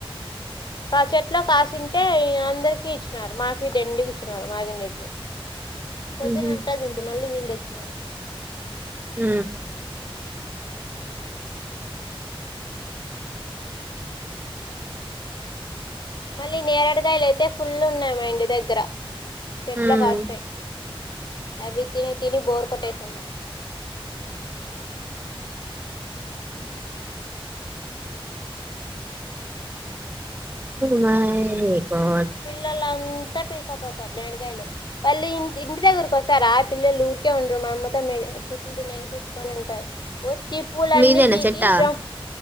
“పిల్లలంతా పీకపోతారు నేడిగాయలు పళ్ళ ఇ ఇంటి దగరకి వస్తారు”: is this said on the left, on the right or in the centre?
Left